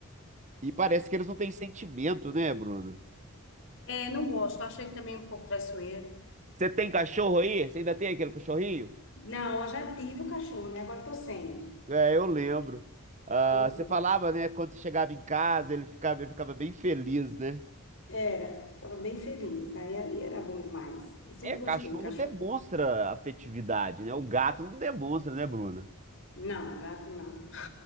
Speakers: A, on the right; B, on the left.
A: E parece que eles não têm sentimento, né, Bruno?
B: É, não gosto. Acho ele também um pouco traiçoeiro.
A: Você tem cachorro aí? Você ainda tem aquele cachorrinho?
B: Não, eu já tive o cachorro, né? Agora eu tô sem.
A: É, eu lembro. Ah,
B: Pois
A: você falava,
B: é.
A: né? Quando você chegava em casa, ele ficava, ele ficava bem feliz, né?
B: Era, ficava bem feliz. Aí ali era bom demais. Eu sempre
A: É,
B: gostei
A: cachorro
B: de cachorro.
A: demonstra afetividade, né? O gato não demonstra, né, Bruna?
B: Não, gato não.